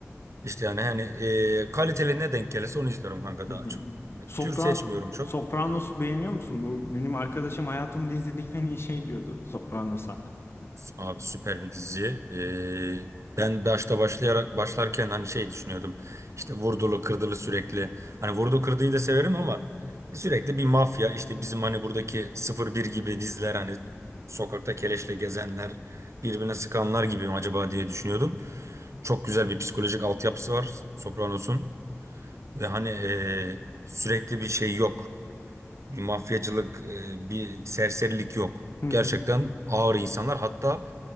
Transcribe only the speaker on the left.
Hı
hı.
Sopran
Sopranos'u beğeniyor musun? Bu benim arkadaşım hayatımda izlediğim en iyi şey diyordu Sopranos'a.
Hı hı.